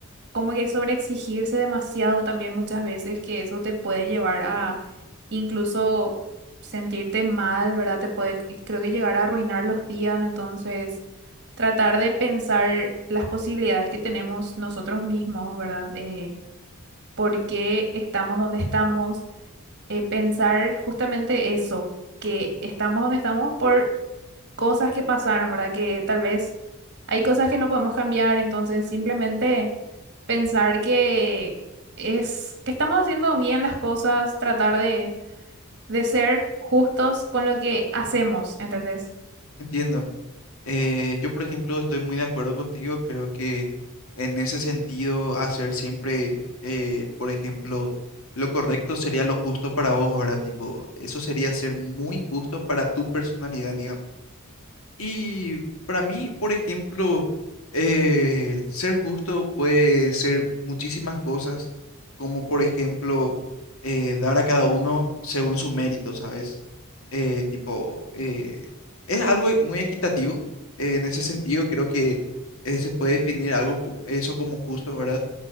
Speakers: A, on the right; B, on the left.
A: como que sobreexigirse demasiado también muchas veces, que eso te puede llevar a incluso sentirte mal, ¿verdad? Te puede, y creo que llegar a arruinar los días, entonces tratar de pensar las posibilidades que tenemos nosotros mismos, ¿verdad? Eh, por qué estamos donde estamos, eh, pensar justamente eso, que estamos donde estamos por cosas que pasaron, ¿verdad? Que tal vez hay cosas que no podemos cambiar, entonces simplemente pensar que es que estamos haciendo bien las cosas, tratar de, de ser justos con lo que hacemos, ¿entendés?
B: Entiendo. Eh, yo, por ejemplo, estoy muy de acuerdo contigo. Creo que en ese sentido, hacer siempre, eh, por ejemplo, lo correcto sería lo justo para vos, ¿verdad? Tipo, eso sería ser muy justo para tu personalidad, digamos. Y para mí, por ejemplo, eh, ser justo puede ser muchísimas cosas, como por ejemplo eh, dar a cada uno según su mérito, ¿sabes? Eh, tipo, eh, es algo muy equitativo. eh, en ese sentido, creo que eh, se puede definir algo como eso como justo, ¿verdad?